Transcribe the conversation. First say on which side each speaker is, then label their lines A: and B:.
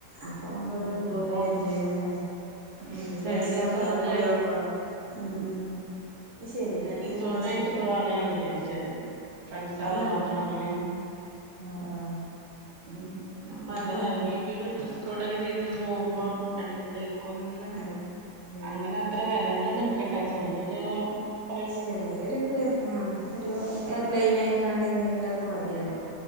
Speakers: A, on the right (about 60°); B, on the right (about 75°).
A: അപ്പൊ നമുക്കത്
B: ഉം
A: പോണ്ട
B: അപ്പൊ
A: ഒരു എൻജോയ്മെന്റ് ആണ്
B: ഉം
A: ഫ്രണ്ട്സ്
B: ലേഡീസ്
A: എല്ലാവരും
B: ഓൺലി
A: കൂടി ആവുമ്പോ മം ഉം അത് ശരിയാണ്
B: അടി
A: അത്
B: സോളായിട്ട്
A: രസാണ്
B: പോവാനാ വിചാരിച്ച ശത് ഫ്രണ്ട്സ ആള്
A: അത് നടക്കും
B: മാത്രം അങ്ങനെ
A: ആ ആ
B: ഉം അപ്പൊ
A: അത്
B: അങ്ങനെ
A: തന്നെ
B: അയിനായിട്ടൊരു ഡ്രസ്സ് ഒടനെ ചെയ്ത് പോകുമ്പോ അടിപൊളി ആയിരിക്കും കൊന്ന്
A: അടി ഏ
B: അങ്ങനെ അത്ര വല ഇന്നെടുക്കേണ്ട ചെറിയ <unintelligible>
A: ചെറിയ ഒരു ആ ഒരു പ്ലെയിൻ ആയിക്ക എന്തെങ്കിലൊക്കെ മതിയല്ലോ